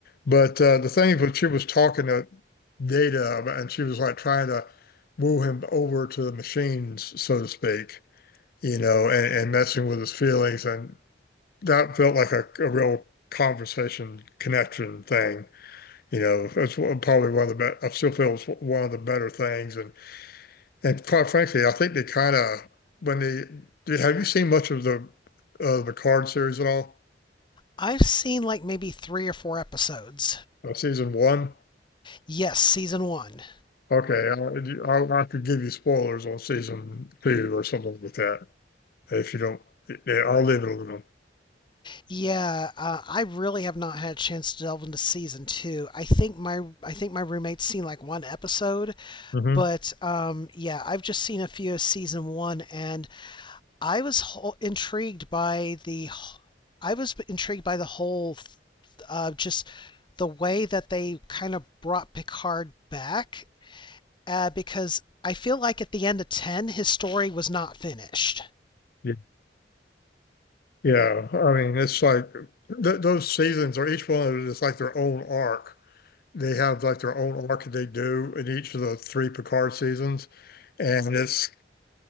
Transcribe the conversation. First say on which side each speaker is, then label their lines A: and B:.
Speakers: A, on the left; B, on the left.
A: But uh, the thing when she was talking to Data, about- and she was like trying to woo him over to the machines, so to speak, you know, and, and messing with his feelings, and that felt like a, a real conversation connection thing. You know, that's one- probably one of the best. I still feel it's one of the better things. And and quite frankly, I think they kind of when they did. Have you seen much of the of the card series at all?
B: I've seen like maybe three or four episodes.
A: Uh, season one?
B: Yes, season one.
A: Okay, I, I, I could give you spoilers on season two or something like that if you don't. Yeah, I'll leave it alone.
B: Yeah, uh, I really have not had a chance to delve into season two. I think my I think my roommate's seen like one episode,
A: hmm
B: but um, yeah, I've just seen a few of season one, and I was ho- intrigued by the I was intrigued by the whole uh, just the way that they kind of brought Picard back uh, because I feel like at the end of 10, his story was not finished.
A: Yeah. Yeah, I mean, it's like th those seasons are each one of them is like their own arc they have like their own arc that they do in each of the three Picard seasons, and it's